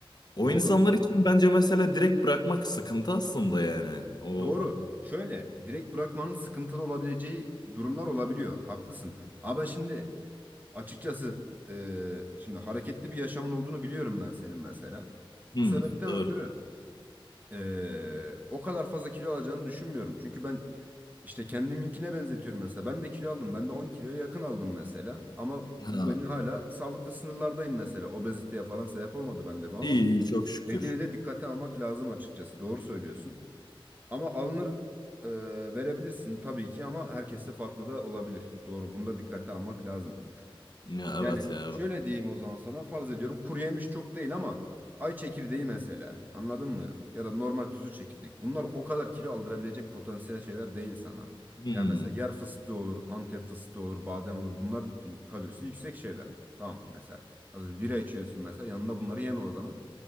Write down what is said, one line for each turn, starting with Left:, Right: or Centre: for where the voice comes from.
Left: o
Right: Doğru.
Left: insanlar için bence mesela direkt bırakmak sıkıntı aslında yani o
Right: Doğru. Şöyle direkt bırakmanın sıkıntılı olabileceği durumlar olabiliyor. Haklısın. Ama şimdi açıkçası e, şimdi hareketli bir yaşamın olduğunu biliyorum ben senin mesela.
Left: hmm,
Right: Bu sebepten
Left: doğru
Right: ötürü e, o kadar fazla kilo alacağını düşünmüyorum. Çünkü ben işte kendiminkine benzetiyorum mesela. Ben de kilo aldım. Ben de 10 kiloya yakın aldım mesela. Ama
Left: ha
Right: bu beni hala sağlıklı sınırlardayım mesela. Obeziteye falan sebep olmadı bende bu ama.
Left: iyi iyi çok şükür
Right: Dediğini de dikkate almak lazım açıkçası. Doğru söylüyorsun. Ama alınır e, verebilirsin tabii ki ama herkeste farklı da olabilir. Doğru, bunu da dikkate almak lazım.
Left: ya
Right: Yani
Left: evet ya evet.
Right: şöyle
Left: evet.
Right: diyeyim o zaman sana farz ediyorum kuru yemiş çok değil ama ay çekirdeği mesela anladın mı? Ya da normal tuzlu çekirdek. Bunlar o kadar kilo aldırabilecek potansiyel şeyler değil sana.
Left: Hmm.
Right: Yani mesela yer fıstığı olur, Antep fıstığı olur, badem olur. Bunlar kalorisi yüksek şeyler. Tamam mesela. Az önce bira içiyorsun mesela yanında bunları yeme o zaman.